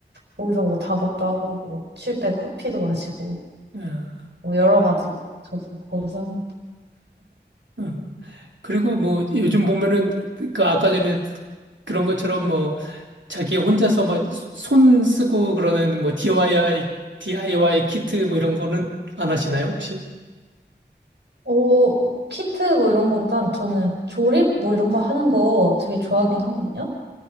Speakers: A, on the right; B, on the right.
A: 거기서 뭐 작업도 하고 뭐 쉴 때 커피도 마시고
B: 음,
A: 뭐 여러 가지 저도 거기서 합니다.
B: 음. 그리고 뭐 요즘 보면은 그 아까 전에 그런 것처럼 뭐 자기 혼자서 막 손 쓰고 그러는 뭐 DIY, DIY 키트 뭐 이런 거는 안 하시나요, 혹시?
A: 어, 키트 뭐 이런 거보단 저는 조립 뭐 이런 거 하는 거 되게 좋아하긴 하거든요.